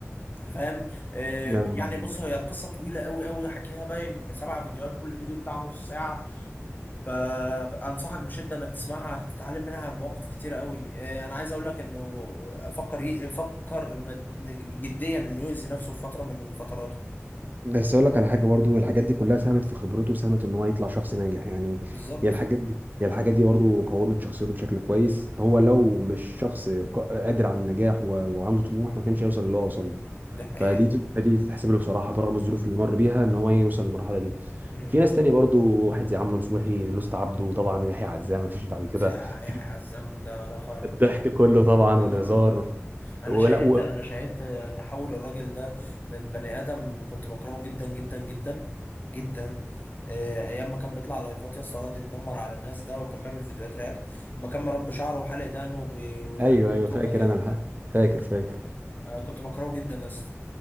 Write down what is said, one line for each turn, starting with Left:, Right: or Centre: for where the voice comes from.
Left: فاهم آم،
Right: يا نهار
Left: يعني
Right: أبيض.
Left: بص هي القصة طويلة قوي قوي حكيها باين في سبع فيديوهات كل فيديو بتاع نص ساعة فانصحك بشده انك تسمعها هتتعلم منها مواقف كتير قوي آه، انا عايز اقول لك انه فكر فكر مد- جديا انه يؤذي نفسه في فتره من فتراته
Right: بس اقول لك على حاجه برضو الحاجات دي كلها ساهمت في خبرته وساهمت ان هو يطلع شخص ناجح يعني
Left: بالظبط
Right: هي الحاجات دي هي الحاجات دي برضو قومت شخصيته بشكل كويس هو لو مش شخص ق- قادر على النجاح و- وعنده طموح ما كانش يوصل اللي هو وصل له
Left: دي حقيقه
Right: فدي تت- فدي تتحسب له بصراحه برغم الظروف اللي مر بيها ان هو يوصل للمرحله دي
Left: م-
Right: في ناس
Left: م.
Right: تانية برضو واحد زي عمرو نصوحي لوست عبده طبعا يحيى عزام ما فيش بعد كده
Left: ساعة- هيحيى
Right: في
Left: عزام ده رخر
Right: الضحك كله طبعا
Left: اه
Right: والهزار
Left: اه اه انا
Right: ولا
Left: شاهدت
Right: و...
Left: انا شاهدت تحول الراجل ده من بني ادم كنت بكرهه جدا جدا جدا جدا آه، ايام ما كان بيطلع لايفات يا اسطى يقعد يتنمر على الناس ده وكان بيعمل فيديوهات رياكت لما كان مربي شعره وحلق دقنه وبي- وعامل
Right: ايوه ايوه
Left: توكه
Right: فاكر
Left: كده
Right: انا الحق فاكر فاكر
Left: آه، كنت بكرهه جدا يا اسطى